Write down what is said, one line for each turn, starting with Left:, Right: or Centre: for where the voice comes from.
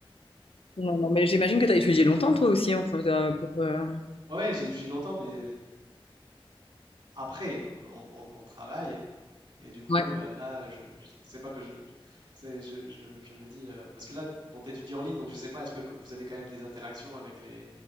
Left: Non, non, mais j'imagine que tu as étudié longtemps toi aussi, en fait, euh, pour, euh,
Right: Ouais, ouais, j'ai étudié longtemps mais l après on on on travaille Et du coup,
Left: Ouais.
Right: euh, là, je, je sais pas que je, je- c'est, je, je, je me dis, euh, parce que là, bon, t'étudies en ligne, donc je sais pas, est-ce que que vous avez quand même des interactions avec les,